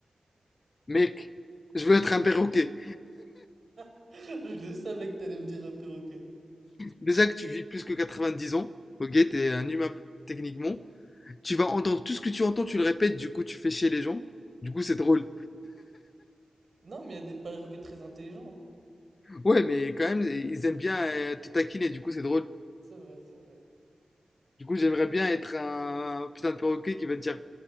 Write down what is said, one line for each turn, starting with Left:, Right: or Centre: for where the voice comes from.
Left: Mec, je veux être un perroquet.
Right: <laughs> Je le savais que t'allais me dire un perroquet.
Left: Déjà que tu vis plus que 90 ans, ok, t'es un humain techniquement. Tu vas entendre tout ce que tu entends, tu le répètes, du coup tu fais chier les gens. Du coup c'est drôle.
Right: Non, mais il y a des perroquets très intelligents.
Left: Ouais, mais quand même, ils aiment bien euh, te taquiner, du coup c'est drôle.
Right: C'est vrai, c'est vrai.
Left: Du coup j'aimerais bien être un putain de perroquet qui va te dire,